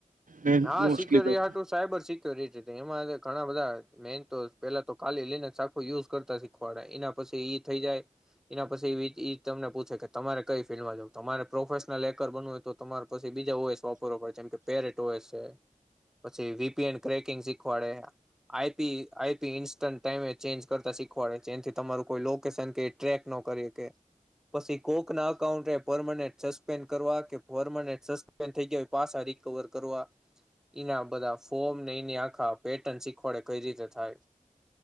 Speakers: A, on the right; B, in the centre.
A: મેન
B: હા
A: મોસ્ટલી
B: સિક્યોર
A: તો
B: હું સાયબર સ- - ઘણા બધા મેન તો પેલા તો કાલી લનેખું યુઝ કરતા શીખવાડ એનાછ- - એ થ જાય. એના પછી તમને પૂછે કે તમારે કઈ ફિલ્ડમાં જવ તમારે પ્રોફેશનલ એકર બનવું હોય તો તમારે પછી- - બીજા હોય વાપરવા પડે છે જેમ કે પેરેટ હોય છે. પછી વીપીએન ક્રેકિંગ શીખવાડે. આઈપી આઈપી ઇન્સ્ટન્ટ ટાઈમે ચેન્જ કરતા શીખવાડે છે એથી તમારું કોઈ લોકેશન કે ટ્રેક ન- - ન કરી શકે. પછી કોક ના અકાઉન્ટ એ પરર્માનન્ટ સસ્પેન્ડ કરવા કે પર્માનન્ટ સસ્પેન્ડ થઈ ગયો પાસા રિકવર- - કરવાઆ એના બધા ફોર્મને એની આખા પેટર્ન શીખવાડે કઈ રીતે થાય